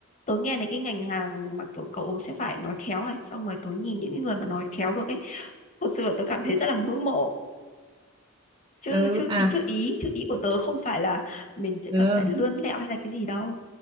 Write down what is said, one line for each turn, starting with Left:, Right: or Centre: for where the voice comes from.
Left: tớ nghe thấy cái ngành hàng mà kiểu cậu sẽ phải nói khéo này xong rồi tớ nhìn những cái người mà nói khéo được ấy thật sự là tớ cảm thấy rất là ngưỡng mộ chứ
Right: ừ
Left: chứ
Right: à
Left: ý chứ ý chứ ý của tớ không phải là mình sẽ
Right: ừ.
Left: cần phải lươn lẹo hay là cái gì đâu